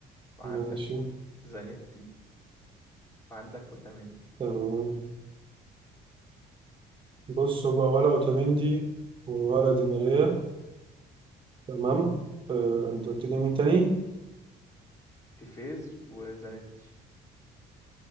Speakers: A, on the left; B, on the right.
A: وعندك
B: ماشي
A: زانيتي وعندك أوتاميندي
B: تمام بص هو ولا اوتاميندي ولا دي ماريا تمام آه، انت قلت لي مين تاني؟
A: تيفيز وزانيتي